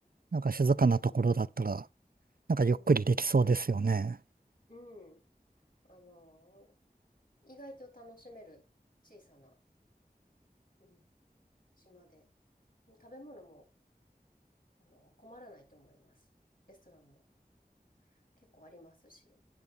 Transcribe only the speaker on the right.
なんか静かなところだったら、
なんかゆっくりできそうですよね。